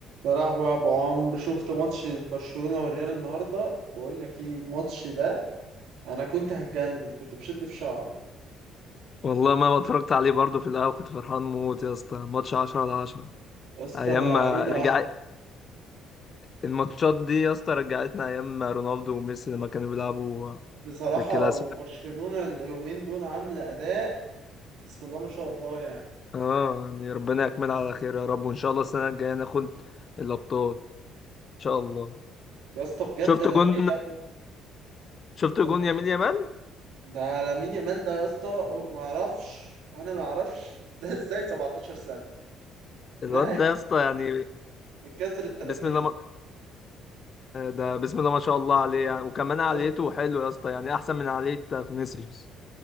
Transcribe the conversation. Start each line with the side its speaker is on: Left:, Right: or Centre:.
Right: يا لهوي يا ابو عمرو شفت ماتش برشلونة والريال النهارده بقول لك ايه الماتش ده انا كنت هتجنن كنت بشد في شعري
Left: والله ما ما اتفرجت عليه برضه في القهوة كنت فرحان موت يا اسطى ماتش 10 على 10
Right: يا اسطى
Left: ايام
Right: انا
Left: ما
Right: ايه ده
Left: رجع الماتشات دي يا اسطى رجعتنا ايام ما رونالدو وميسي لما كانوا بيلعبوا
Right: بصراحة
Left: في الكلاسيكو
Right: وبرشلونة اليومين دول عاملة اداء بسم الله ما شاء الله يعني
Left: اه يعني ربنا يكملها على خير يا رب وان شاء الله السنة الجاية ناخد الابطال ان شاء الله
Right: يا اسطى بجد
Left: شفت
Right: انا اتضايقت
Left: جون
Right: أوي.
Left: شفت جون
Right: انا اتضايقت
Left: يمين يامال
Right: ده لامين يامال ده يا اسطى ما اعرفش انا ما اعرفش <laughs> ده ازاي 17 سنة
Left: الواد
Right: ده اكيد
Left: ده يا اسطى يعني
Right: بكسر ال 30
Left: بسم الله ما... ده بسم الله ما شاء الله عليه يعني وكمان عاليته
Right: يا اسطى
Left: حلو يا اسطى يعني احسن من عالية فينيسيوس